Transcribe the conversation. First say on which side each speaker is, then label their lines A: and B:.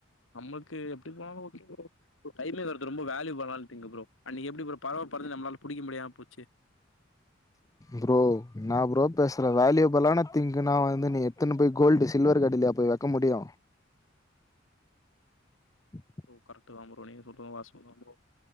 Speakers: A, on the left; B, on the left.
A: நம்மளுக்கு எப்டி போனாலு ஒகே ஒகே ப்ரோ டைமிங்கிறது ரொம்ப வேல்யூபிள் ஆன திங்க் ப்ரோ அன்னிக்கு எப்படி ப்ரோ பறவ பறந்து நம்பளால புடிக்க முடியாம போச்சு
B: ப்ரோ என்ன ப்ரோ பேசுற வேல்யூபிளான திங்க்ன்னா வந்து நீ எத்துனு போய் கோல்டு சில்வர் கடையிலயா போய் வைக்க முடியு <unintelligible>
A: ப்ரோ கரெக்ட் தா ப்ரோ நீங்க சொல்றது வாஸ்தவ தா ப்ரோ